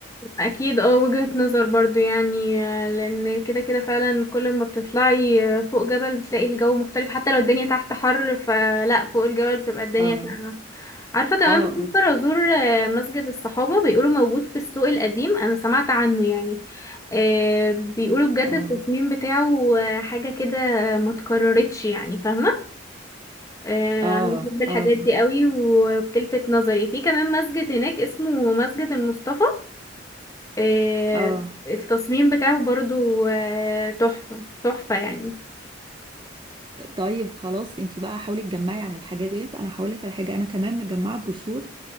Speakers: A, on the left; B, on the right.
A: اكيد اه وجهة نظر برضو يعني آه، لان كده كده فعلا كل ما بتطلعي آه، فوق جبل بتلاقي الجو مختلف حتى لو الدنيا تحت حر فلا فوق الجبل بتبقى الدنيا
B: اه
A: ساقعة عارفة كمان
B: اه
A: بفكر ازور آه، مسجد الصحابة بيقولوا موجود في السوق القديم انا سمعت عنه يعني آه، بيقولوا بجد
B: اه
A: التصميم بتاعه آه، حاجة كده ما اتكررتش يعني فاهمة آه،
B: اه
A: انا بحب الحاجات
B: اه اه
A: دي قوي وبتلفت نظري في كمان مسجد هناك اسمه مسجد المصطفى آه،
B: اه
A: التصميم بتاعه برضو آه، تحفة تحفة يعني
B: طيب خلاص انتي بقى حاولي تجمعي عن الحاجات ديت انا هقول لك على حاجه انا كمان مجمعه بروشور